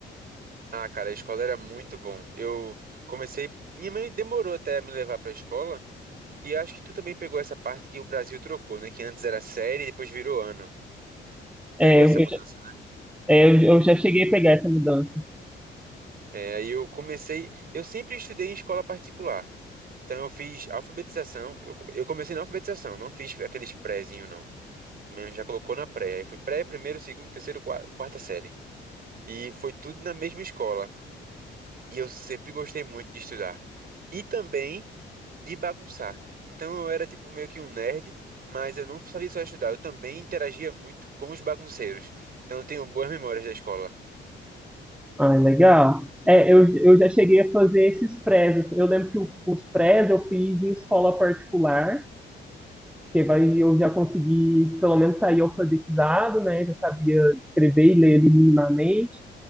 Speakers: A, on the right; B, in the centre.
A: Ah, cara, a escola era muito bom. Eu comecei, minha mãe demorou até a me levar pra escola, e acho que tu também pegou essa parte que o Brasil trocou, né? Que antes era série e depois virou ano.
B: É,
A: Pegou essa
B: eu,
A: mudança.
B: já- é, eu já cheguei a pegar essa mudança.
A: É, aí eu comecei, eu sempre estudei em escola particular. Então eu fiz alfabetização, eu, come- eu comecei na alfabetização, não fiz aqueles prézinho não. Minha mãe já colocou na pré, aí fui pré, primeiro, segundo, terceiro, qua- quarta série. E foi tudo na mesma escola. E eu sempre gostei muito de estudar. E também de bagunçar. Então eu era tipo meio que um nerd, mas eu não sabia só estudar. Eu também interagia muito com os bagunceiros. Então eu tenho boas memórias da escola.
B: Ah, legal. É, eu, eu já cheguei a fazer esses prés. assim. Eu lembro que o- os prés eu fiz em escola particular, que vai, eu já consegui pelo menos sair alfabetizado, né? Já sabia escrever e ler minimamente.